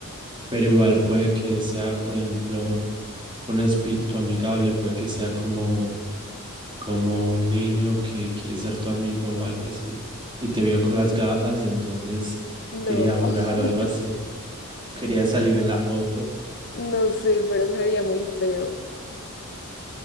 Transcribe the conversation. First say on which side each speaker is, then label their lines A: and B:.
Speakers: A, on the right; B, on the left.
A: Pero igual puede que sea, por ejemplo, un espíritu amigable, puede que sea como como un niño que quiere ser tu amigo o algo así, y te vio con las gafas, entonces
B: No,
A: quería jugar
B: <laughs>
A: o algo así, quería salir en la foto.
B: no sé, pero se veía muy feo.